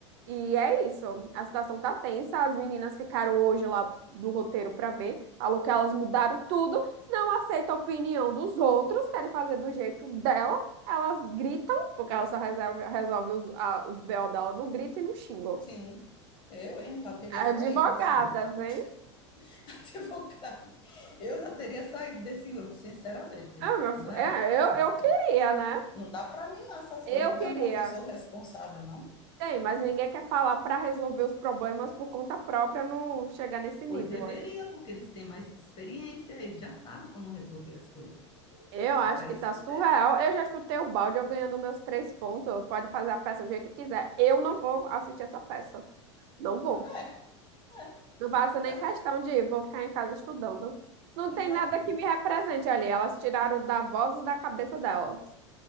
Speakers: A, on the right (about 60°); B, on the left (about 30°).
A: E é isso. A situação tá tensa. As meninas ficaram hoje lá do roteiro pra ver. Falou que elas mudaram tudo, não aceita a opinião dos outros, querem fazer do jeito dela. Elas gritam, porque ela só resolve, resolve os, a, os BO dela no grito e no xingo.
B: Sim, eu, hein, já teria
A: Advogadas,
B: saído desse grupo,
A: hein?
B: <laughs> se for o caso. Eu já teria saído desse grupo, sinceramente.
A: Ah, meu
B: Não,
A: f- é, eu,
B: não,
A: eu queria,
B: não,
A: né?
B: não dá para mim não, essas
A: Eu
B: coisas. Não
A: queria.
B: tem um professor responsável, não?
A: Tem, mas ninguém quer falar pra resolver os problemas por conta própria, não chegar nesse nível
B: Pois deveria,
A: aí.
B: porque eles têm mais experiência, eles já sabem como resolver as coisas.
A: Eu acho
B: É para
A: que
B: isso
A: tá
B: que
A: surreal.
B: serve.
A: Eu já chutei o balde, eu ganhando meus três pontos. Pode fazer a peça do jeito que quiser. Eu não vou assistir essa peça. Não vou.
B: Pra- É, é,
A: Não faço nem
B: fazer
A: questão
B: o quê?
A: de ir. Vou ficar em casa estudando. Não
B: Exatamente.
A: tem nada que me represente ali. Elas tiraram da voz da cabeça delas.